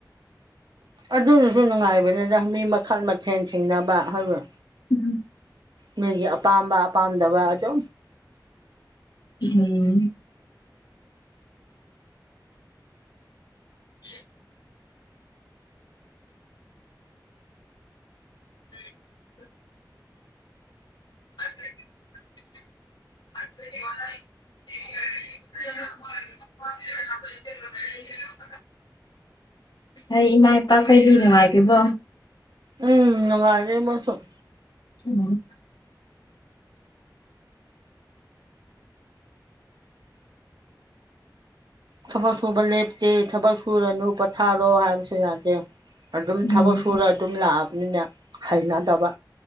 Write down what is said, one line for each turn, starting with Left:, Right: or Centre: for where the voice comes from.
Right: ꯑꯗꯨꯅꯁꯨ ꯅꯨꯡꯉꯥꯏꯕꯅꯤꯗ ꯃꯤ ꯃꯈꯜ-ꯃꯊꯦꯜ ꯊꯦꯡꯅꯕ ꯍꯥꯏꯕ
Left: ꯎꯝ ꯍꯝ
Right: ꯃꯒꯤꯄꯥꯥꯝꯝꯕꯄꯥꯥꯝꯗ ꯋꯥꯖꯣ
Left: ꯎꯝ <unintelligible> <unintelligible> ꯑꯗꯨ <inaudible> <inaudible> ꯑꯩ ꯏꯃꯥ ꯏꯄꯥꯈꯩꯗꯤ ꯅꯨꯡꯉꯥꯏꯇꯦꯕꯣ
Right: ꯎꯝ ꯑꯔ ꯃꯁꯨꯣ
Left: ꯎꯝ
Right: ꯊꯕꯛ ꯁꯨꯕ ꯂꯦꯞꯇꯦ ꯊꯕꯛ ꯁꯨꯔꯅꯨ ꯄꯊꯥꯔꯣ ꯍꯥꯏꯕ ꯁꯨꯕꯁꯨ ꯌꯥꯗꯦ ꯑꯗꯨꯝ
Left: ꯎꯝ
Right: ꯊꯕꯛ ꯁꯨꯔ ꯑꯗꯨꯝ ꯂꯥꯛꯑꯕꯅꯤꯅ ꯍꯩꯅꯗꯕ